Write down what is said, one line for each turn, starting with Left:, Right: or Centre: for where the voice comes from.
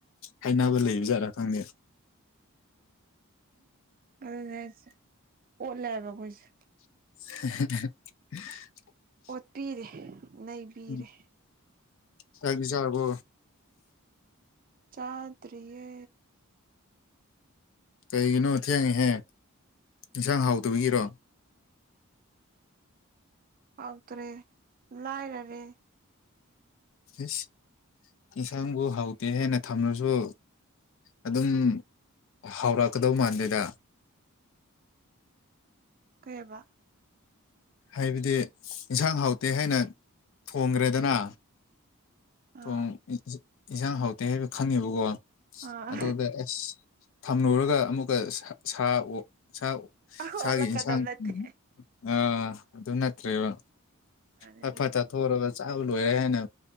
Left: ꯍꯥꯏꯅꯕ ꯂꯩꯕꯖꯥꯠꯥ ꯈꯪꯗꯦ
Right: ꯑꯗꯨꯅꯦ ꯑꯩꯁꯦ ꯑꯣꯠꯂꯦꯕ ꯑꯩꯈꯣꯏꯁꯦ
Left: <unintelligible>
Right: ꯑꯣꯠꯄꯤꯔꯦ ꯅꯩꯕꯤꯔꯦ
Left: ꯎꯝ ꯀꯥꯏꯒꯤ ꯆꯥꯔꯕꯣ
Right: ꯆꯥꯗꯔꯤꯌꯦ
Left: ꯀꯩꯒꯤꯅꯣ ꯊꯦꯡꯉꯦꯍꯦ ꯏꯟꯁꯥꯡ ꯍꯥꯎꯗꯕꯒꯤꯔꯣ
Right: ꯑꯐꯗꯔꯦ ꯂꯥꯏꯔꯦ
Left: ꯑꯁ ꯌꯦꯟꯁꯥꯡꯕꯨ ꯍꯥꯎꯇꯦ ꯍꯦꯟꯅ ꯊꯝꯂꯁꯨ ꯑꯗꯨꯝ ꯍꯥꯎꯔꯛꯀꯗꯧ ꯃꯥꯟꯗꯦꯗ
Right: ꯀꯩꯕ
Left: ꯍꯥꯏꯕꯗꯤ ꯌꯦꯟꯁꯥꯡ ꯍꯥꯎꯇꯦ ꯍꯥꯏꯅ ꯊꯣꯡꯈ꯭ꯔꯦꯗꯅ
Right: ꯑ
Left: ꯣꯡ ꯏꯟꯁꯥꯡ ꯍꯥꯎꯇꯦ ꯍꯥꯏꯕ ꯈꯪꯉꯦꯕꯀꯣ
Right: ꯑ
Left: ꯑꯗꯨꯗ ꯑꯁ ꯊꯝꯂꯨꯔꯒ ꯑꯃꯨꯛꯀ ꯁꯥ ꯑꯣ ꯆꯥꯛ
Right: ꯑꯣꯜꯂꯛꯀꯗꯕ
Left: ꯆꯒꯤ ꯌꯦꯟꯁꯥꯡ
Right: ꯅꯠꯇꯦ
Left: ꯑꯥ ꯑꯗꯨ ꯅꯠꯇ꯭ꯔꯦꯕ
Right: ꯃꯥꯅꯦ
Left: ꯐꯠ
Right: ꯑꯗꯨꯕꯨꯗꯤ
Left: ꯐꯠ ꯆꯥꯊꯣꯛꯑꯒ ꯆꯥꯕ ꯂꯣꯏꯔꯦ ꯍꯥꯏꯅ